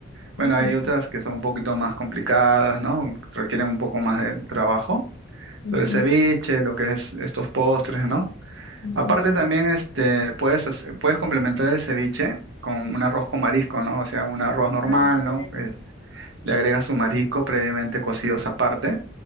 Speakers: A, on the right; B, on the left.
A: Bueno,
B: Mm,
A: hay otras que son un poquito más complicadas, ¿no? Requieren un poco más de trabajo.
B: ujú,
A: Pero el ceviche, lo que es estos postres, ¿no?
B: ujú,
A: Aparte también, este, puedes, hacer- puedes complementar el ceviche con
B: ujú.
A: un arroz con marisco, ¿no? O sea, un arroz normal,
B: Ay, qué bueno.
A: ¿no? le agregas su marisco previamente cocidos aparte,